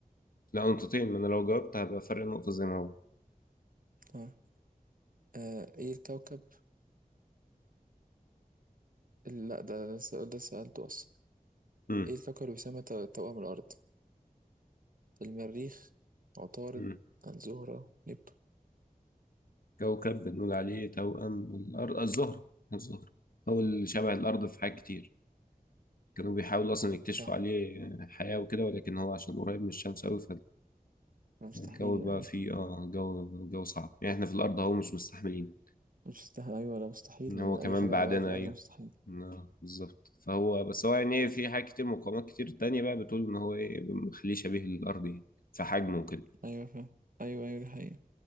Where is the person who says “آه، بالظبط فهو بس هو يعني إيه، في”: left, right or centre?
Left